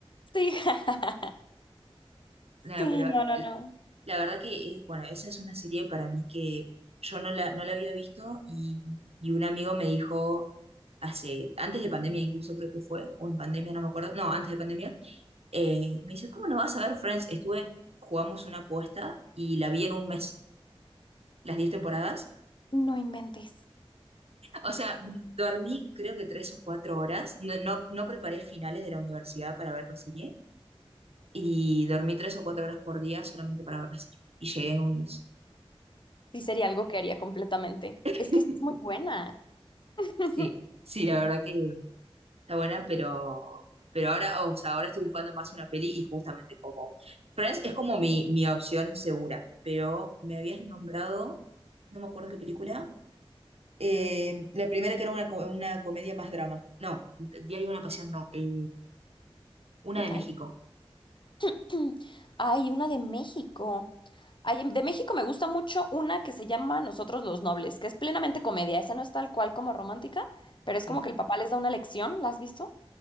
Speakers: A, on the left; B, on the right.
A: Sí, <laughs>
B: Nada,
A: sí,
B: pero
A: no, no, no.
B: la verdad que, eh, bueno, esa es una serie para mí que yo no la, no la había visto y, y un amigo me dijo hace, antes de pandemia incluso creo que fue, o en pandemia, no me acuerdo, no, antes de pandemia Eh, me dice, ¿cómo no vas a ver Friends? Estuve, jugamos una apuesta y la vi en un mes, las 10 temporadas.
A: No inventes.
B: O sea, me- dormí creo que 3 o 4 horas. No, no, no preparé finales de la universidad para ver la serie y dormí 3 o 4 horas por día solamente para ver la serie. Y llegué en un mes.
A: Sí, sería algo que haría completamente.
B: <laughs>
A: Es que sí es muy buena. <laughs>
B: Sí, sí, la verdad que está buena, pero, pero ahora, o sea, ahora estoy buscando más una peli y justamente como Friends es como mi, mi opción segura, pero me habías nombrado, no me acuerdo qué película. Eh, la primera que era una, co- una comedia más drama. No, Diario de una Pasión no. eh, una
A: Y
B: de
A: Dani.
B: México.
A: <clears throat> Hay una de México. Ay, em, de México me gusta mucho una que se llama Nosotros los Nobles, que es plenamente comedia. Esa no es tal cual como romántica, pero es
B: Ok.
A: como que el papá les da una lección. ¿La has visto?